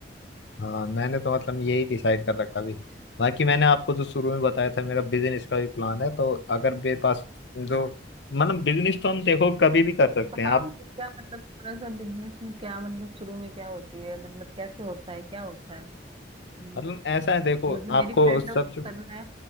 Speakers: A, on the left; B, on the right.
A: हाँ मैंने तो मतलब यही डिसाइड कर रखा भी बाकी मैंने आपको जो शुरू में बताया था मेरा बिजनेस का भी प्लान है तो अगर मेरे पास जो मतलब बिजनेस तो हम देखो कभी भी कर सकते
B: बताओ
A: हैं आप
B: मुझे क्या मतलब थोड़ा सा बिजनेस में क्या मतलब शुरू में क्या होती है मतलब कैसे होता है क्या होता है हम्म,
A: मतलब ऐसा है देखो
B: मतलब मेरी
A: आपको
B: फ्रेंड
A: सबसे
B: है उसको करना है